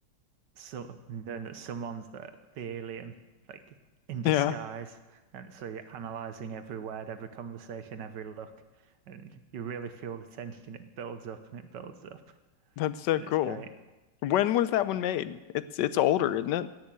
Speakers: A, on the right; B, on the left.
A: so knowing that someone's the the alien, like in disguise.
B: Yeah,
A: And so you're analyzing every word, every conversation, every look, and you really feel the tension. It builds up and it builds up,
B: that's so
A: and
B: cool.
A: it's great.
B: When was that one made? It's it's older, isn't it?